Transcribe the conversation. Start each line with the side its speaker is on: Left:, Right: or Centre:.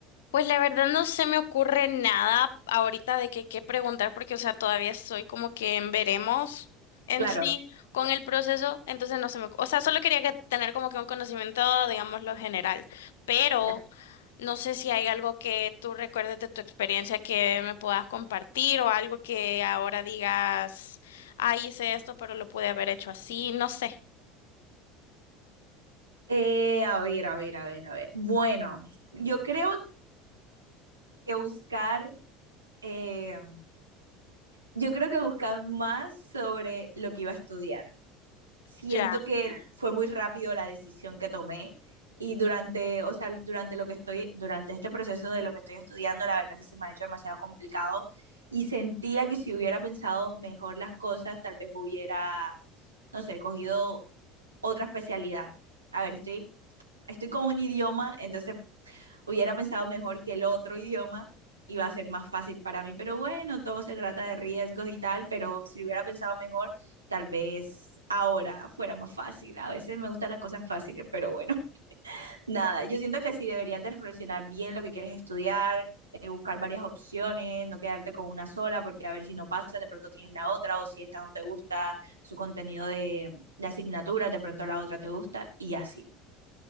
Left: Pues la verdad no se me ocurre nada ahorita de que qué preguntar porque, o sea, todavía estoy como que en veremos en
Right: Claro,
Left: sí con el proceso, entonces no se me, ocu- o sea, solo quería que tener como que un conocimiento, digamos, lo general, pero
Right: ya.
Left: no sé si hay algo que tú recuerdes de tu experiencia que me puedas compartir o algo que ahora digas, ah, hice esto, pero lo pude haber hecho así, no sé,
Right: Eh, a ver, a ver, a ver, a ver. Bueno, yo creo que buscar, eh, yo creo que buscar más sobre lo que iba a estudiar. siento
Left: ya,
Right: que fue muy rápido la decisión que tomé y durante, o sea, durante lo que estoy, durante este proceso de lo que estoy estudiando, la verdad sí se me ha hecho demasiado complicado y sentía que si hubiera pensado mejor las cosas, tal vez hubiera, no sé, cogido otra especialidad. A ver, estoy, estoy con un idioma, entonces hubiera pensado mejor que el otro idioma iba a ser más fácil para mí, pero bueno, todo se trata de riesgos y tal, pero si lo hubiera pensado mejor, tal vez ahora fuera más fácil. A veces me gustan las cosas fáciles, pero bueno, <laughs> nada, yo siento que sí deberías de reflexionar bien lo que quieres estudiar, eh, buscar varias opciones, no quedarte con una sola, porque a ver si no pasa, de pronto tienes la otra, o si esta no te gusta su contenido de, de asignatura, de pronto la otra te gusta, y así.